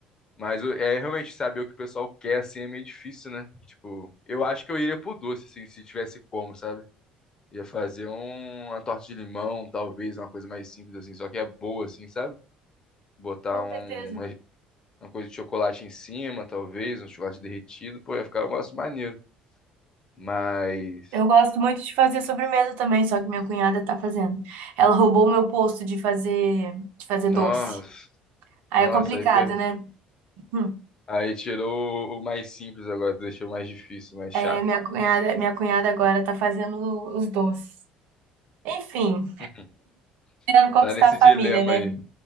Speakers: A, on the left (about 25°); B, on the right (about 75°).
A: Mas o- é realmente saber o que o pessoal quer, assim, é meio difícil, né? Tipo, eu acho que eu iria pro doce, assim, se tivesse como, sabe? Ia fazer um- uma torta de limão, talvez, uma coisa mais simples, assim, só que é boa, assim, sabe? botar
B: Com
A: um,
B: certeza.
A: Uma coisa de chocolate em cima, talvez, um chocolate derretido, pô, ia ficar um negócio maneiro. Mas,
B: Eu gosto muito de fazer sobremesa também, só que minha cunhada tá fazendo. Ela roubou o meu posto de fazer, de fazer
A: nossa,
B: doce. Aí
A: nossa,
B: é complicado,
A: aí, pe-
B: né? Hum.
A: aí tirou o mais simples agora, deixou o mais difícil, mais
B: É,
A: chato.
B: minha cunhada, minha cunhada agora tá fazendo os doces. Enfim,
A: <laughs>
B: querendo conquistar
A: Tá nesse
B: a família,
A: dilema
B: né?
A: aí.